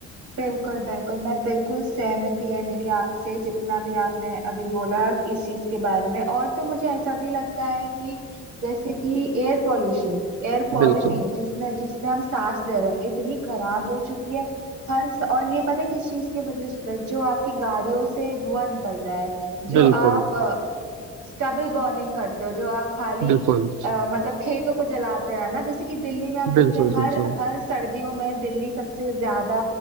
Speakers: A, on the right; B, on the right.
A: बिल्कुल बिल्कुल मैं बिल्कुल सहमति है मेरी आपसे जितना भी आपने अभी बोला इस चीज के बारे में और तो मुझे ऐसा भी लगता है कि जैसे कि एयर पॉल्यूशन एयर क्वालिटी
B: बिल्कुल
A: जिसमें जिसमें हम सांस ले रहे हैं इतनी खराब हो चुकी है हर स- और ये पता है किस चीज की वजह से होता है जो आपकी गाड़ियों से धुआं निकलता है जो
B: बिल्कुल
A: आप स्टबल बर्निंग करते हो जो आप खाली
B: बिल्कुल
A: अ, मतलब खेतों को जलाते हैं ना जैसे कि दिल्ली में आप देखते
B: बिल्कुल
A: हैं हर
B: बिल्कुल
A: हर सर्दियों में दिल्ली सबसे ज्यादा